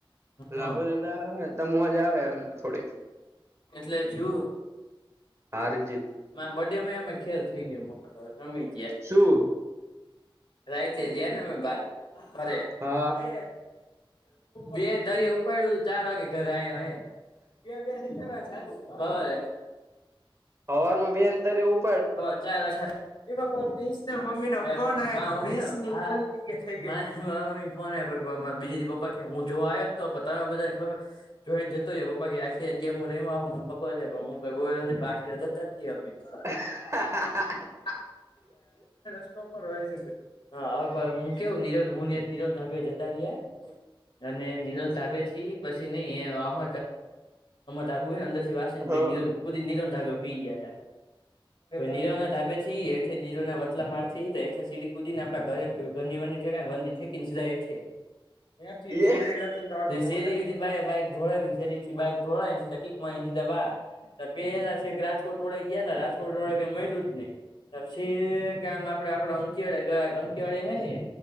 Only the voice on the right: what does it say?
લાબુ દાદા આવે. તો મોજ આવે એમને થોડીક
હા રી જીત.
શું.
હા
હવારે બી અંતર એવું.
હા હા હા.
હા
એ